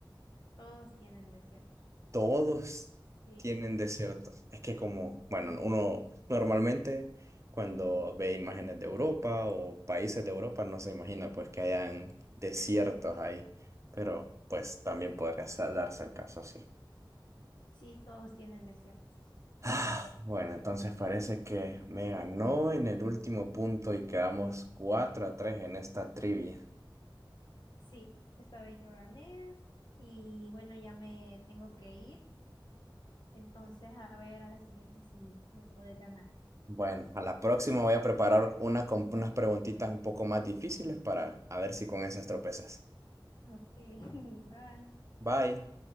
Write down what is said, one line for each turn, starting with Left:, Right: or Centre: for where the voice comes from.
Left: todos tienen desiertos.
Right: Todos
Left: Sí.
Right: tienen desiertos. Es que como, bueno, uno normalmente cuando ve imágenes de Europa o países de Europa no se imagina pues que hayan desiertos ahí, pero pues también podría sa- darse el caso así.
Left: Sí, todos tienen desiertos.
Right: Ah, Bueno, entonces parece que me ganó en el último
Left: Ujú.
Right: punto y quedamos 4 a 3 en esta trivia.
Left: Sí, esta vez yo gané y bueno, ya me tengo que ir. Entonces, a ver a la siguiente si me puedes ganar.
Right: Bueno, a la próxima voy a preparar una con unas preguntitas un poco más difíciles para a ver si con esas tropezas.
Left: Ok, <laughs> bye.
Right: Bye.